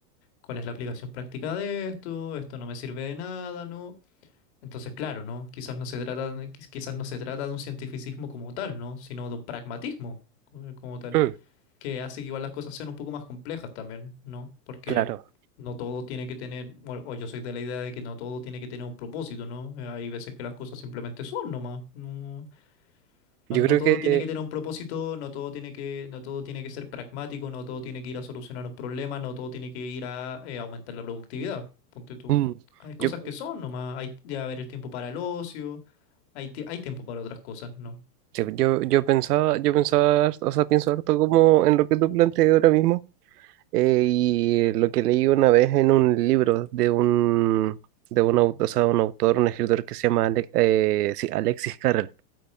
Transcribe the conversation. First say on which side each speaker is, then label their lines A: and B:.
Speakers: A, on the left (about 45°); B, on the right (about 70°).
A: ¿cuál es la aplicación práctica de esto? Esto no me sirve de nada, ¿no? Entonces, claro, ¿no? Quizás no se trata, de- quiz- quizás no se trata de un cientificismo como tal, ¿no? Sino de un pragmatismo eh, como tal
B: <clears throat>
A: que hace que igual las cosas sean un poco más complejas también, ¿no? Porque
B: Claro,
A: no todo tiene que tener, bueno, o yo soy de la idea de que no todo tiene que tener un propósito, ¿no? Eh, Hay veces que las cosas simplemente son nomás. No,
B: yo
A: no, no
B: creo
A: todo
B: que
A: tiene que tener un propósito, no todo tiene que, no todo tiene que ser pragmático, no todo tiene que ir a solucionar un problema, no todo tiene que ir a eh, aumentar la productividad, ponte tú.
B: mm,
A: Hay cosas
B: yo,
A: que son nomás, hay de haber el tiempo para el ocio, hay, ti- hay tiempo para otras cosas, ¿no?
B: yo, yo, yo pensaba, yo pensaba, harto- o sea, pienso harto como en lo que tú planteas ahora mismo eh, y lo que leí una vez en un libro de un de un autor, o sea, un autor, un escritor que se llama Ale- eh, sí, Alexis Carrel